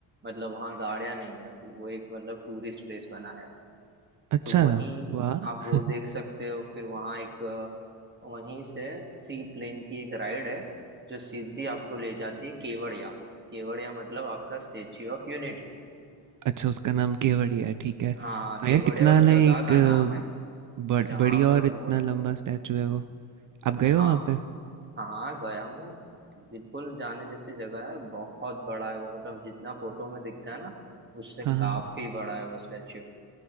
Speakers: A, on the right; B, on the right.
A: मतलब वहाँ गाड़ियां नहीं जाती वो एक मतलब टूरिस्ट प्लेस बना है
B: अच्छा
A: तो वहीं
B: वाह
A: आप
B: <laughs>
A: वो देख सकते हो फिर वहाँ एक अ, वहीं से सी प्लेन की एक राइड है जो सीधी आपको ले जाती है केवड़िया केवड़िया मतलब आपका स्टेच्यू ऑफ यूनिटी
B: अच्छा उसका नाम केवड़िया है ठीक है
A: हाँ
B: हाँ
A: केवड़िया
B: यार कितना
A: उस जगह
B: है एक
A: का
B: अ,
A: नाम है
B: बड़,
A: जहां
B: बड़ी और
A: पर
B: इतना
A: वो है
B: लंबा स्टैचू है वो आप गए हो
A: हाँ
B: वहाँ पे
A: हाँ गया हूँ बिल्कुल जाने जैसी जगह है यार बहुत बड़ा है वो मतलब जितना फोटो में दिखता है ना उससे
B: हाँ हाँ
A: काफी
B: हाँ।
A: बड़ा है वो स्टैच्यू